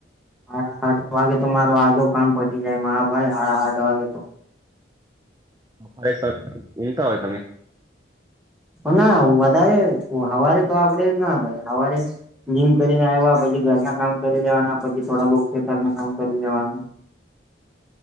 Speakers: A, in the centre; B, on the right.
A: સાડા આઠ વાગે તો મારો આજો કામ પટી જાય મા ભાઈ સાડા આઠ વાગે તો.
B: સપરે સર ઊમતા હોય તમે.
A: ના વધારે હવારે તો આપડે ના ભાઈ હવારે જીમ કરીને આવ. પછી ઘરના કામ કરી લેવાના પછી થોડા બઉુ ખેતર ના કામ કરી લેવાના.
B: <inaudible>